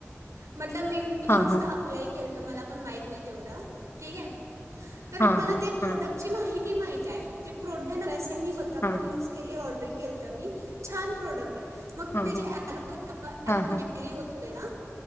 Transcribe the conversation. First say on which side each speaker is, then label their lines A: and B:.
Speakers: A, on the right (about 85°); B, on the left (about 55°).
A: मतलब मी पण
B: हा
A: नसतं
B: हा
A: अप्लाय केलत. मला पण माहीत नाही तेवढं. ठीक आहे. तर
B: हा
A: मला
B: हा
A: ते प्रोडक्ट
B: हा
A: ची माहिती माहीती माहित हाय जी प्रोडक्ट बेस मी स्वतः
B: हा
A: पण युज केली ऑर्डिक केलत मी छान प्रोडक्ट मग
B: हा
A: ते ऍलोवेरा
B: हा हा
A: जेल होत तेना